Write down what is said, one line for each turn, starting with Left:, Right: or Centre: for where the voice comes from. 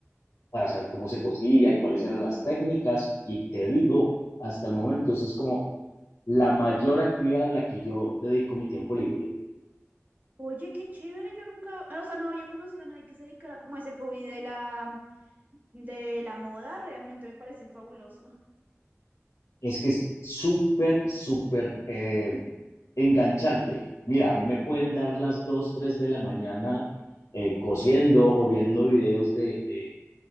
Left: para saber cómo se cosía y cuáles eran las técnicas. Y te digo, hasta el momento, eso es como la mayor actividad en la que yo dedico mi tiempo libre.
Right: Oye, qué chévere, yo nunca, ah, o sea, no había conocido a nadie que se dedicara como a ese hobby de la, de la moda, realmente me parece fabuloso.
Left: Es que es súper, súper eh, enganchante. Mira, a mí me pueden dar las 2 3 de la mañana eh, cosiendo o viendo videos de, de